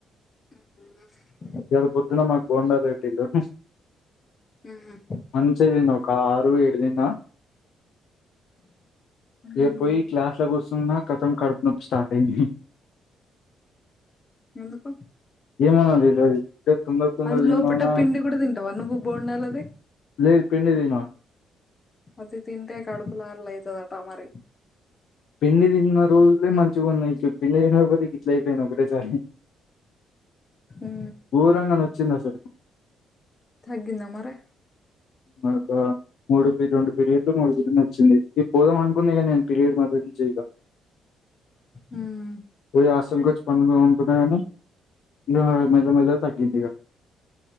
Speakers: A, on the left; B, on the left.
A: ఆ
B: ఇయ్యాల పొద్దున మాకు బోండాలు పెట్టారు
A: మ్మ్
B: మంచిగా తిన్న ఒక ఆరు ఏడుదిన్నా
A: మ్మ్
B: ఏ పోయి క్లాస్ లో కూసున్నా కథం కడుపు నొప్పి స్టార్ట్ అయింది
A: ఎందుకు
B: ఏమనో తెల్వది తొందర తొందర
A: అది
B: తిన్నానా
A: లోపట పిండి కూడా తింటావా నువ్వు బోండాలది
B: లేదు పిండి తినను
A: అది తింటే కడుపు <unintelligible> ర్లు అయితాదంట మరి
B: పిండి తిన్న రోజులే మంచిగా ఉన్నాయి ఇక పిండి తినకపోతే గిట్ల అయిపోయింది ఒకటేసారి
A: ఊ
B: ఘోరంగా నొచ్చింది అసలు
A: తగ్గందా మరి
B: ఒక మూడు పి రెండు పీరియడులు మూడు పీరియడలు వచ్చింది ఇప్పుడే పోదం అనుకున్న గాని నేను పీరియడ్ మద్య నుంచి ఇగ
A: ఉమ్
B: పోయి హాస్టల్ కొచ్చి పండ్లు తోముకున్న గానీ ఇగ మెల్లమెల్లగా తగ్గింది ఇగ